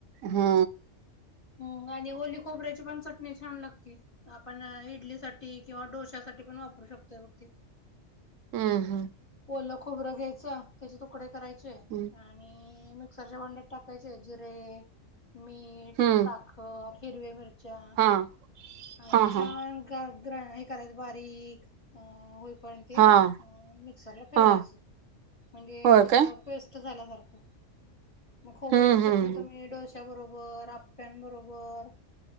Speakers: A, on the right; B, on the left.
A: हा
B: ह आणि ओली खोबऱ्याची पण च टणी छान लागती आपण इडली साठी किंवा डोश्यासाठीठ पण वापरू शकतोय बघ ती.
A: हम्म हम्म!
B: ओलं खोबरं घ्यायचं त्याचे तुकडे करायचे
A: हम्म!
B: आणि मिक्सरच्या भांड्यात टाकायचे जिरे मीठ
A: हम्म
B: साखर हिरव्या मिरच्या
A: हा
B: आणि
A: हा
B: छान
A: हा
B: गागरा हे करायचं बारीक अ होईपर्यंत ते
A: हा
B: मिक्सरला फिरवायचं
A: हा
B: म्हणजे
A: होय
B: त्याच
A: काय?
B: पेस्ट झाल्यासारखं मग खोबऱ्याची
A: हम्म
B: चटणी
A: हम्म
B: तर मी डोश्याबरोबर आप्प्यानंबरोबर